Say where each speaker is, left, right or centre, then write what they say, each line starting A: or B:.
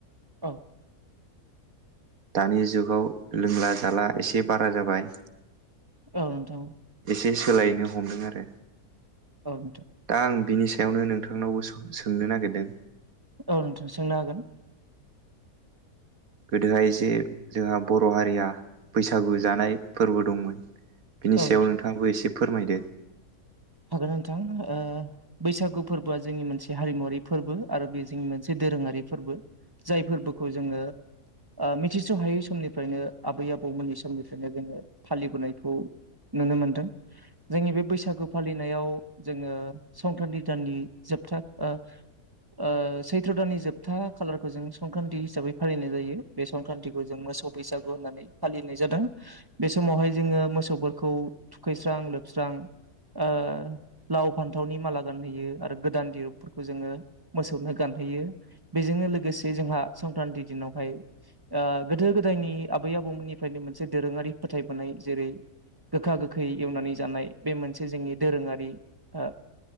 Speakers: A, on the right; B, on the right.
A: औ
B: दानि जुगाव लोंला जाला एसे बारा जाबाय
A: औ नोंथां
B: एसे सोलायनो हमदों आरो
A: औ नोंथा
B: दा आं बिनि सायावनो नोंथांनावबो सोंनो नागिरदों
A: औ नोंथां सोंनो हागोन
B: गोदोहाय जे जोंहा बर' हारिया बैसागु जानाय फोरबो दंमोन बिनि
A: औ
B: सायाव
A: नोंथां
B: नोंथाङाबो एसे फोरमायदो
A: हागोन नोंथां ओ बैसागु फोरबोआ जोंनि मोनसे हारिमुवारि फोरबो आरो बेयो जोंनि मोनसे दोरोङारि फोरबो जाय फोरबोखौ जोङो मिथिस' हायै समनि फ्रायनो आबै आबौमोननि समनिफ्रायनो जोङो फालिबोनायखौ नुनो मोनदों जोंनि बे बैसागु फालिनायाव जोङो संक्रान्थि दाननि जोबथा ओ ओ सैथ्र' दाननि जोबथा खालारखौ जों संक्रान्तथि हिसाबै फालिनाय जायो बे संक्रान्तिखौ जों मो सौ बैसागु होननानै फालिनाय जादों बे समावहाय जोङो मोसौफोरखौ थुखैस्रां लोब स्रां ओ लाव फानथावनि माला गानहैयो आरो गोदान दिरुंफोरखौ जोङो मोसौनो गानहो यो बेजोंनो लोगोसे जोंहा संक्रान्ति दिनावहाय गोदो गोदायनि आबै आबौ निफायनो मोनसे दोरोङारि फोथायबोनाय जेरै गोखा गोखै एवनानै जानाय बे मोनसे जोंनि दोरोङारि ओ